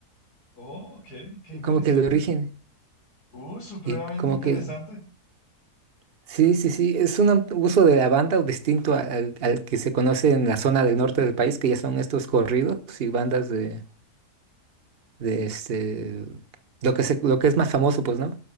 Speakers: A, on the left; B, on the right.
A: Oh, ok, qué interesante.
B: como que el origen.
A: Uh, supremamente
B: Y como
A: interesante.
B: que, sí, sí, sí, es un am- uso de la banda o distinto al, al al que se conoce en la zona del norte del país, que ya son estos corridos y bandas de... de este, lo que se- lo que es más famoso, pues, ¿no?